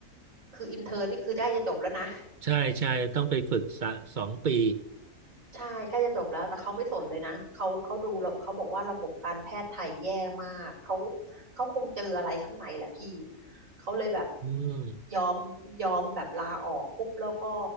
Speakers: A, on the right (about 70°); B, on the right (about 45°).
A: คืออินเทิร์นนี่คือใกล้จะจบแล้วนะ
B: ใช่ใช่ต้องไปฝึกสะสองปี
A: ใช่ใกล้จะจบแล้วแต่เขาไม่สนเลยนะเขาเขาดูแล้วเขาบอกว่าระบบการแพทย์ไทยแย่มากเขาเขาคงเจออะไรข้างในแหละพี่เขาเลยแบบ
B: อืม
A: ยอมยอมแบบลาออกปุ๊บแล้วก็